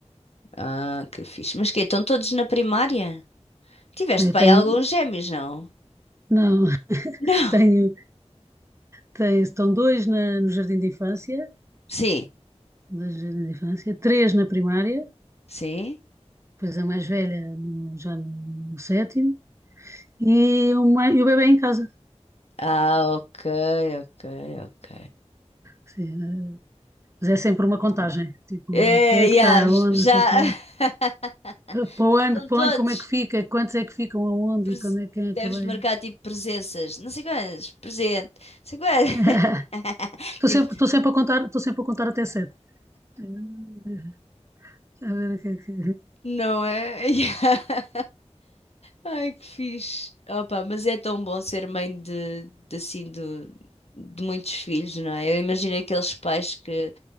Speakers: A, on the left; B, on the right.
A: Ah, que fixe. Mas quê? Estão todos na primária? Tiveste
B: Eu tenho,
A: pai alguns gêmeos, não?
B: não, <laughs>
A: Não.
B: tenho, tenho, estão dois na, no jardim de infância,
A: Sim,
B: dois no jardim de infância, três na primária,
A: sim.
B: depois a mais velha no- já no, no sétimo, e o, mai- e o bebê em casa.
A: Ah, ok, ok, ok.
B: Sim, eh, mas é sempre uma contagem, tipo,
A: É,
B: quem é
A: yeah,
B: que está aonde,
A: j- já
B: não sei o quê.
A: <laughs>
B: Eh, Para
A: estão
B: o ano, para
A: todos.
B: o ano como é que fica, quantos é que ficam aonde
A: Pres-
B: e quando é, quem é
A: Deves
B: que vem.
A: marcar tipo presenças, não sei quantas, presente, não sei quantas.
B: <laughs>
A: <laughs>
B: Estou
A: Tipo,
B: sempre, estou sempre a contar, estou sempre a contar até sete. Eh, A ver o que é que...
A: não é? <laughs> Yeah. Ai, que fixe. Opa, mas é tão bom ser mãe de, de assim, do, de muitos filhos, não é? Eu imagino aqueles pais que